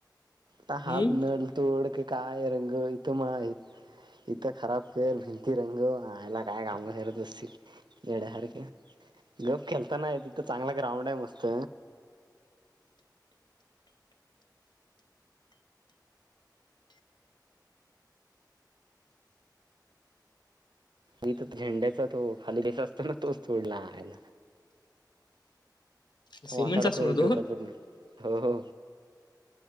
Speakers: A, on the right (about 85°); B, on the left (about 75°).
A: त हाच
B: हम्म
A: नळ तोड की काय रंग, इथं मळ आहे, इथं खराब घर भिंती रंगव आयला. काय काम करत बसती येड्यासारखं. गप खेल त्याना येत. तो चांगला ग्राउंड आहे मस्त मी तर झेंड्याचा तो खाली <unintelligible> दिस असतो ना तोच सोडला हाय
B: सिमेंटचा
A: वाकडा
B: असतो
A: करून
B: ना
A: ठेवला
B: तो
A: पूर्ण ह ह